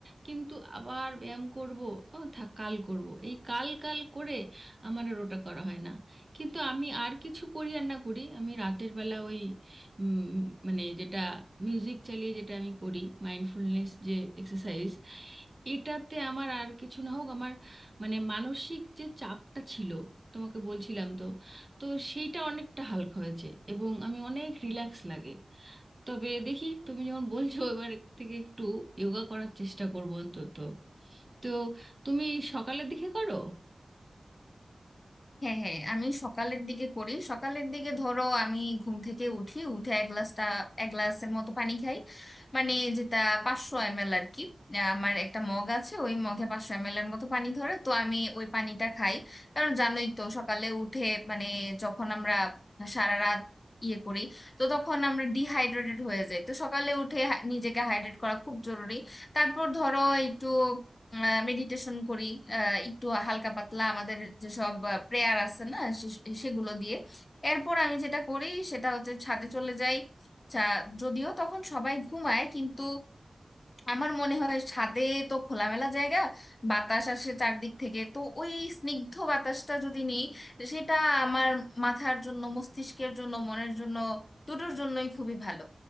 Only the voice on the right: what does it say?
কিন্তু আবার ব্যায়াম করব ও থাক কাল করব এই কাল কাল করে আমার আর ওটা করা হয় না কিন্তু আমি আর কিছু করি আর না করি আমি রাতের বেলা ওই উম, মানে যেটা মিউজিক চালিয়ে যেটা আমি করি মাইন্ডফুলনেস যে এক্সারসাইজ এটাতে আমার আর কিছু না হোক আমার মানে মানসিক যে চাপটা ছিল তোমাকে বলছিলাম তো তো সেইটা অনেকটা হালকা হয়েছে এবং আমি অনেক রিল্যাক্স লাগে তবে দেখি তুমি যখন বলছো এবার থেকে একটু যোগা করার চেষ্টা করবো অন্তত তো তুমি সকালের দিকে করো